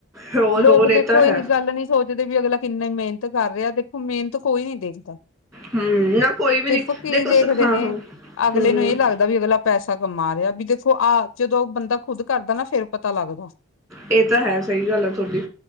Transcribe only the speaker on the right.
ਹੋਰ ਹੋਰ
ਇਹ
ਤਾਂ ਹੈ
ਹੂੰ ਨਾ ਕੋਈ ਵੀ
ਨੀ
ਦੇਖੋ
ਹਾਂ
-ਹਾਂ।
ਹੂੰ
ਇਹ ਤਾਂ ਹੈ ਸਹੀ ਗੱਲ ਹੈ ਤੁਹਾਡੀ